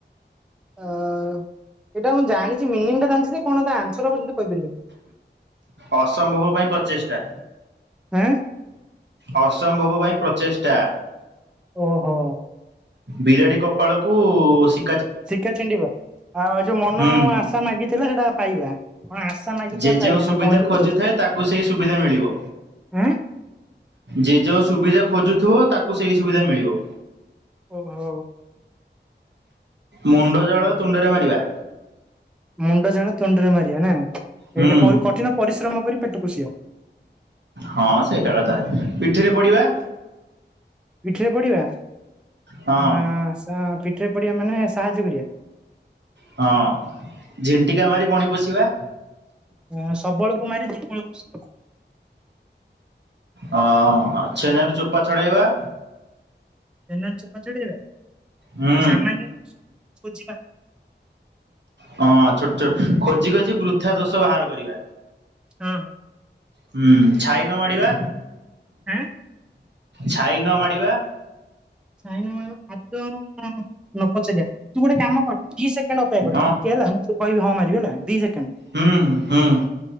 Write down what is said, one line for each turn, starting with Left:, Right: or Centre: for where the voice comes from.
Centre: ତ ଏଇଟା ମୁଁ ଜାଣିଚି ମିନିଙ୍ଗଟା ଜାଣିଚି ଯେ କଣ ତା ଆନ୍ସର ହବ କିନ୍ତୁ କହିପାରିବିନି।
Right: ଅସମ୍ଭବ ପାଇଁ ପ୍ରଚେଷ୍ଟା।
Centre: ହେଁ।
Right: ଅସମ୍ଭବ ପାଇଁ ପ୍ରଚେଷ୍ଟା।
Centre: ଓ ହୋ।
Right: ବିରାଡି କପାଳକୁ ଶି
Centre: ଶିକା ଛିଣ୍ଡିବ ଆଉ ଏ ଯୋଉ ମନ
Right: ହୁଁ
Centre: ଆଶା ମାଗିଥିଲା ସେଟା ପାଇବା। କଣ ଆଶା ମାଗିଥିବା
Right: ଯେ ଯେଉଁ
Centre: ପାଇବା
Right: ସୁବିଧା
Centre: ନା କଣ ଏମିତି
Right: ଖୋଜୁଥାଏ
Centre: ଗୋଟେ ଅଛି।
Right: ତାକୁ ସେଇ ସୁବିଧା ମିଳିବ।
Centre: ଆଁ
Right: ଯେ ଯୋଉ ସୁବିଧା ଖୋଜୁଥିବ ତାକୁ ସେଇ ସୁବିଧା ମିଳିବ।
Centre: ଓ ହୋ।
Right: ମୁଣ୍ଡ ଜଳ ତୁଣ୍ଡରେ ମାରିବା।
Centre: ମୁଣ୍ଡ ଝାଳ ତୁଣ୍ଡିରେ ମାରିବା ନା
Right: ହୁଁ
Centre: ଏଇଟା ପରେ କଠିନ ପରିଶ୍ରମ କରି ପେଟ ପୋଷିବା।
Right: ହଁ ସେ ଏକା କଥା ପିଠିରେ ପଡିବା।
Centre: ପିଠିରେ ପଡିବା ଅ
Right: ହଁ
Centre: ସ ପିଠିରେ ପଡିିବା ମାନେ ସାହାଯ୍ୟ କରିବା।
Right: ହଁ ଝିଣ୍ଟିକା ମାରି ବଣି ପୋଷିବା।
Centre: ହଁ ସବଳକୁ ମାରି ଦୁର୍ବଳ ପୋଷିବା।
Right: ହଁ ଛେନାରୁ ଚୋପା ଛଡାଇବା।
Centre: ଛେନା ରୁ ଚୋପା ଛଡେଇବା
Right: ହୁଁ
Centre: ଆଉ ସାମାନ୍ୟ ଦୋଷ ଖୋଜିବା।
Right: ହଁ ଛୋଟ ଛୋ ଖୋଜି ଖୋଜି ବୃଥା ଦୋଷ ବାହାର କରିବା।
Centre: ହଁ।
Right: ହୁଁ ଛାଇ ନ ମାଡିବା।
Centre: ଏଁ।
Right: ଛାଇ ନ ମାଡିବା।
Centre: ଛାଇ ନ ଆତ୍ମା କୁ <unintelligible> ନ ପଚାରିବା ତୁ ଗୋଟେ କାମ କର ଦି ସେକେଣ୍ଡ ଅପେକ୍ଷା କର
Right: ହଁ
Centre: ଟିକେ ହେଲା ମୁଁ ତତେ କହିବି ହଁ ମାରିବି ହେଲା ଦି ସେକେଣ୍ଡ।
Right: ହୁଁଁ ହୁଁ